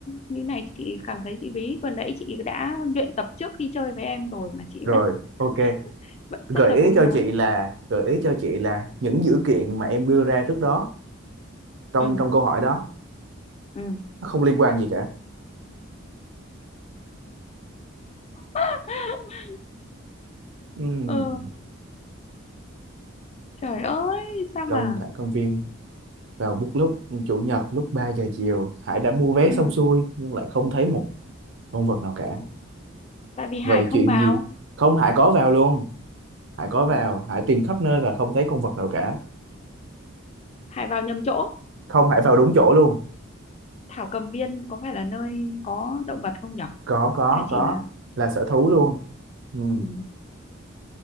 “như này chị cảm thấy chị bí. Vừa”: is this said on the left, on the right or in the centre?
Left